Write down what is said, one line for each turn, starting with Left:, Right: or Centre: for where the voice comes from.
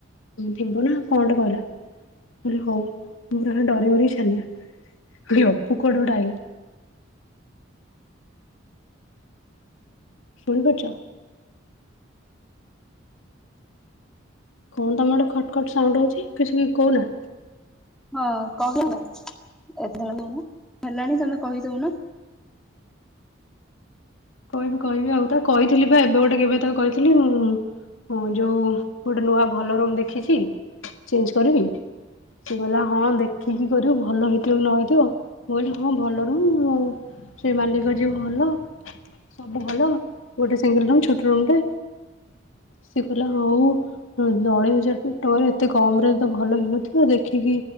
Left: ଥିବୁ ନା କଣଟେ କହିଲା। ମୁଁ କହିଲି ହୋଉ ମୁ ପୁରା ଡରିଗଲି ଚ୍ଛାନିଆ <unintelligible> କହିଲି କୁଆଡୁ ଅଇଲା। ଶୁଣି ପାରୁଛ? କଣ ତମର ଗୋଟେ ଖଟ୍ ଖଟ୍ ସାଉଣ୍ଡ ହଉଛି କିଛି କହୁନା
Centre: ହଁ କହ <unintelligible> ହେଲାଣି ତମେ କହିଦୋଉନ।
Left: କହିବି କହିବି ଆଉ ତା କହିଥିଲି ବା ଏବେ ଗୋଟେ କେବେ ତାକୁ କହିଥିଲି ମୁଁ ଯୋଉ ଗୋଟେ ନୂଆ ଭଲ ରୁମ୍ ଦେଖିଛି ଚେଞ୍ଜ କରିବି ସେ କହିଲା ହଁ ଦେଖିକି କରିବୁ ଭଲ ହେଇଥିବ କି ନ ହେଇଥିବ ମୁଁ କହିଲି ହଁ ଭଲ ରୁମ୍ ସେ ମାଲିକ ଯେ ଭଲ ସବୁ ଭଲ ଗୋଟେ ସିଙ୍ଗଲ ରୁମ୍ ଛୋଟ ରୁମ୍ ଟା ସେ କହିଲା ହଉ ଅଢ଼େଇ ହଜାର ଟଙ୍କାରେ ଏତେ କମ୍ ରେ ତ ଭଲ ହେଇନଥିବ ଦେଖିକି